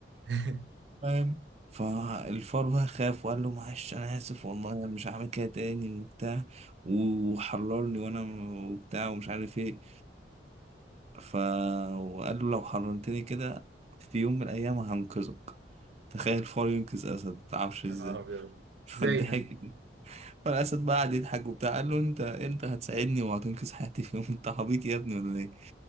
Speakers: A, on the right (about 75°); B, on the right (about 35°).
A: <laughs>
B: فاهم فالفار بقى خاف وقال له معلش انا اسف والله انا مش هعمل كده تاني وبتاع وحررني وانا وبتاع ومش عارف ايه ف وقال له لو حررتني كده في يوم من الايام هنقذك تخيل فار ينقذ اسد متعرفش
A: يا
B: ازاي
A: نهار ابيض
B: <laughs>
A: <laughs>
B: فضحك
A: ازاي ده؟
B: فالاسد بقى قعد يضحك وبتاع قال له انت انت هتساعدني وهتنقذ حياتي في يوم <laughs> انت عبيط يا ابني ولا ايه